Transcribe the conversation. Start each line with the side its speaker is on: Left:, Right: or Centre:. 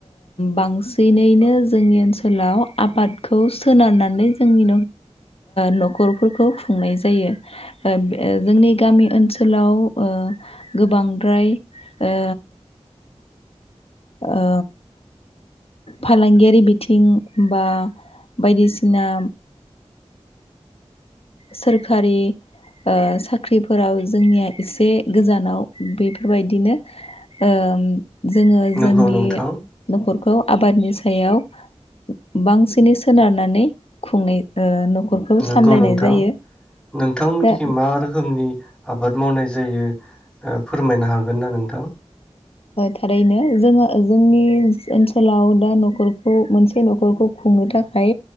Left: बांसिनैनो जोंनि ओनसोलाव आबादखौ सोनारनानै जोंनि न'खरफोरखौ खुंनाय जायो जोंनि गामि ओनसोलाव ओ गोबांद्राय ओ ओ फालांगियारि बिथिं बा बायदिसिना सोरखारि ओ साख्रिफोराव जोंनिया एसे गोजानाव बेफोरबायदिनो ओ जोङो
Centre: नंगौ
Left: जोंनि
Centre: नोंथां
Left: न'खरखौ आबादनि सायाव बांसिनै सोनारनानै खुंनाय नखरखौ
Centre: नंगौ
Left: सामलायनाय
Centre: नोंथां
Left: जायो
Centre: नोंथांमोननिखि
Left: दा
Centre: मा रोखोमनि आबाद मावनाय जायो। फोरमायनो हागोन ना नोंथां?
Left: थारैनो जोङो जोंनि ओनसोलाव दा न'खरखौ मोनसे न'खरखौ खुंनो थाखाय